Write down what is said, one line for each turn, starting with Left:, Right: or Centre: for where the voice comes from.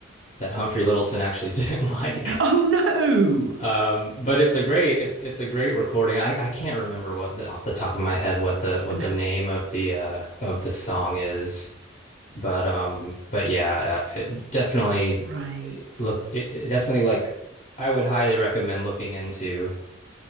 Left: that Humphrey Littleton actually <laughs> didn't like
Right: Oh, no.
Left: um but it's a great it's it's a great recording I I can't remember what the, off the top of my head what the what
Right: No.
Left: the name of the uh of the song is But um, but yeah, uh, it definitely
Right: Right.
Left: look. It, it definitely like I would highly recommend looking into